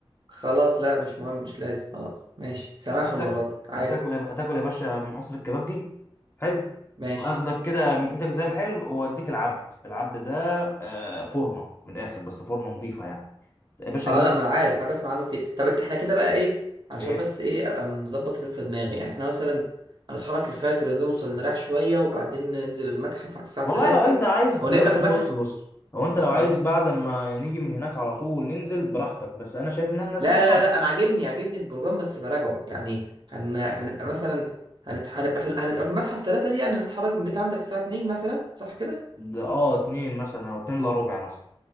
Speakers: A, on the right; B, on the left.
A: خلاص لا مش مهم مش لازم خلاص ماشي سامحهم
B: هت-
A: المره دي عادي
B: هتاكل يا- هتاكل يا باشا من قصر الكبابجي حلو
A: ماشي
B: وهاخدك كده من ايدك زي الحلو واديك العبد العبد ده آه، فورمه من الاخر بس فورمه نظيفه يعني يا باشا
A: اه
B: اجيب
A: لا
B: لك
A: ما انا عارف انا بسمع عنه كتير طب انت احنا كده بقى ايه علشان
B: ايه
A: بس ايه ابقى مظبط اليوم في دماغي يعني احنا مثلا هنتحرك الفجر نوصل نريح شويه وبعدين ننزل المتحف على الساعه
B: والله
A: 3
B: لو انت عايز
A: او نبقى
B: لو انت
A: في المتحف
B: بص بص لو انت لو عايز
A: اه
B: بعد ما نيجي من هناك على طول ننزل براحتك بس انا شايف ان انا نرتاح
A: لا
B: الاول
A: لا لا انا عاجبني عاجبني البروجرام بس براجعه يعني هن... هنبقى مثلا هنت... هنبقى في ال- هنبقى في المتحف 3 دي يعني نتحرك من بيت عندك الساعه 2 مثلا صح كده
B: ده اه اتنين مثلا او اتنين الا ربع مثلا